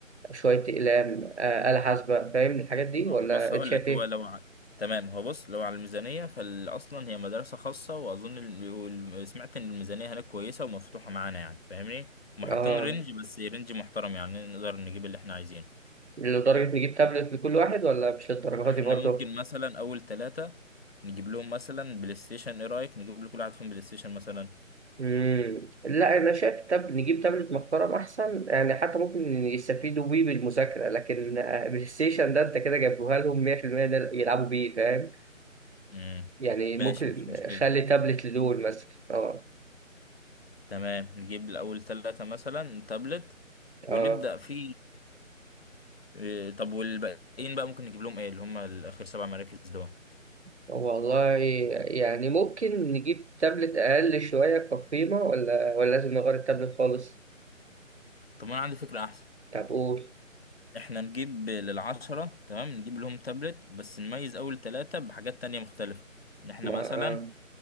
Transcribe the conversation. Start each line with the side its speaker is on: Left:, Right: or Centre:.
Right: شوية أقلام آه، آلة حاسبة فاهم الحاجات دي
Left: آه،
Right: ولا
Left: بص هقول
Right: أنت شايف
Left: لك
Right: إيه؟
Left: هو لو ع... تمام هو بص لو على الميزانية فأصلا هي مدرسة خاصة وأظن ال- وال- سمعت إن الميزانية هناك كويسة ومفتوحة معانا يعني فاهمني؟ وحاطين
Right: آه
Left: رينج بس رينج محترم يعني نقدر نجيب اللي إحنا عايزينه
Right: لدرجة نجيب تابلت لكل واحد ولا مش الدرجة
Left: إحنا
Right: دي برضه؟
Left: ممكن مثلا أول ثلاثة نجيب لهم مثلا بلاي ستيشن إيه رأيك؟ نجيب لكل واحد فيهم بلاي ستيشن مثلا
Right: مم. لا أنا شايف تاب... نجيب تابلت محترم أحسن يعني حتى ممكن يستفيدوا بيه بالمذاكرة لكن آه، بلاي ستيشن ده أنت كده جايبوها لهم 100% ده يلعبوا بيه فاهم؟
Left: مم.
Right: يعني ممكن
Left: ماشي مفيش مشكلة
Right: خلي تابلت لدول مثلا آه
Left: تمام نجيب لأول ثلاثة مثلا تابلت
Right: آه
Left: ونبدأ في آه، طب والباقيين بقى ممكن نجيب لهم إيه اللي هم الآخر سبع مراكز دول
Right: والله يعني ممكن نجيب تابلت أقل شوية كقيمة ولا ولا لازم نغير التابلت خالص؟
Left: طب انا عندي فكرة احسن
Right: طب قول
Left: احنا نجيب للعشرة تمام نجيب لهم تابلت بس نميز اول ثلاثة بحاجات تانية مختلفة ان احنا
Right: ما
Left: مثلا
Right: آه.